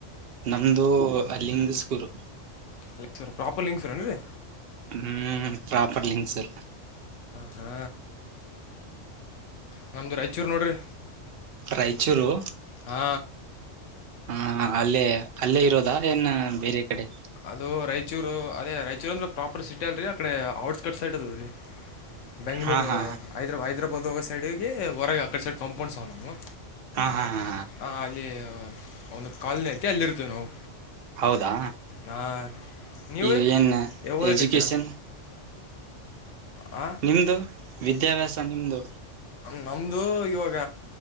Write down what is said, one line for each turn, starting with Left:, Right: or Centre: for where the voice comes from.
Right: ನಮ್ದು ಅಲ್ಲಿಂಗಸ್ಗೂರು
Left: ಲಿಂಗ್ಸೂರು ಪ್ರಾಪರ್ ಲಿಂಗ್ಸೂರೇನು ರೀ
Right: ಹ್ಮ್ ಪ್ರಾಪರ್ ಲಿಂಕ್ ಸರ್
Left: ಹಾ ನಮದು ರಾಯಚೂರು ನೋಡ್ರಿ
Right: ರಾಯಚೂರು
Left: ಹಾ
Right: ಹಾ ಅಲ್ಲೇ ಅಲ್ಲೇ ಇರೋದಾ ಏನ್ ಬೇರೆ ಕಡೆ
Left: ಅದು ರಾಯಚೂರು ಅದೇ ರಾಯಚೂರು ಅಂದ್ರೆ ಪ್ರಾಪರ್ ಸಿಟಿ ಅಲ್ರರಿ ಅಕಡೆ ಔಟ್ಸ್ಕಟ್ ಸೈಡ್ ಅದ ರೀ ಬೆಂಗ್ಳೂರು
Right: ಹಾ ಹಾ
Left: ಹೈದ್ರ ಹೈದರಬಾದ್ ಹೋಗೊ ಸೈಡ್ ಹೊಗಿ ಹೊರಗ ಅಕ್ಕಡ್ ಸೈಡ್ ಕಂಪೌಂಡ್ಸ್ ಅವನವು
Right: ಹಾ ಹಾ ಹಾ
Left: ಹ ಅಲ್ಲಿ ಅವನು ಕಲ್ನ ಐತಿ ಅಲ್ಲಿರ್ತೇವಿ ನಾವು
Right: ಹೌದಾ
Left: ಹಾಂ ರೀ ನೀವು
Right: ಈಗ
Left: ರೀ
Right: ಏನ್
Left: ಏ ಓದಕತ್ತೀರಾ
Right: ಎಜುಕೇಶನ್
Left: ಹಾಂ
Right: ನಿಮ್ದು ವಿದ್ಯಾಭ್ಯಾಸ ನಿಮ್ದು
Left: ನಮ್ದ ಇವಾಗ